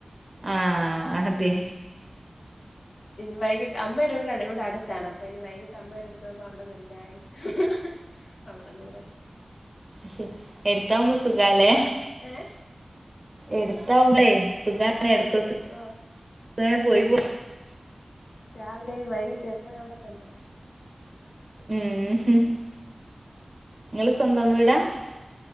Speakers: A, on the right (about 30°); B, on the left (about 80°).
A: ആ അതെ
B: ഇനി വൈകിട്ട് അമ്മയുടെ ഇവിടെ ഇവിടെ അടുത്താണ് അപ്പൊ ഇനി വൈകിട്ട് അമ്മയുടെ അടുത്ത് പോകുമ്പോ അവിടെന്നൊരു ചായ കിട്ടും അവിട നിങ്ങളൊക്കെ
A: ശെ എടുത്താവുമ്പോ സുഖാലേ
B: ഏ
A: എടുത്താവുമ്പോ സുഖ
B: ആ
A: എടുക്ക
B: ഓ
A: സുഖ പോയി പോ
B: രാവിലെയും വൈകിട്ടും എപ്പഴ അവിടെത്തന്നെ
A: ഉം നിങ്ങ സ്വന്തം വീടാ